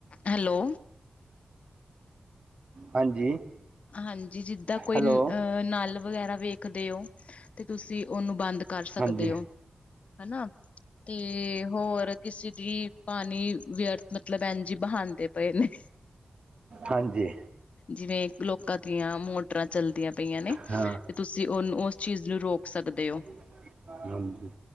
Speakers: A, on the left; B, on the right.
A: ਹੈਲੋ।
B: ਹਾਂਜੀ।
A: ਹਾਂਜੀ, ਜਿੱਦਾਂ ਕੋਈ
B: ਹੈਲੋ
A: ਅਹ ਨਲ ਵਗੈਰਾ ਵੇਖਦੇ ਹੋ ਤੇ ਤੁਸੀਂ ਉਹਨੂੰ ਬੰਦ ਕਰ ਸਕਦੇ
B: ਹਾਂਜੀ
A: ਹੋ ਹੈਨਾ। ਤੇ ਹੋਰ ਕਿਸੇ ਦੀ ਪਾਣੀ ਵਿਅਰਥ ਮਤਲਬ ਏਜੀ ਬਹਾਉਂਦੇ ਪਏ ਨੇ
B: ਹਾਂਜੀ
A: ਜਿਵੇਂ ਲੋਕਾਂ ਦੀਆਂ ਮੋਟਰਾਂ ਚਲਦੀਆਂ ਪਈਆਂ ਨੇ
B: ਹਾਂ
A: ਤੇ ਤੁਸੀਂ ਉਹਨੂੰ ਉਸ ਚੀਜ਼ ਨੂੰ ਰੋਕ ਸਕਦੇ ਹੋ
B: ਹਾਂ ਹਾਂਜੀ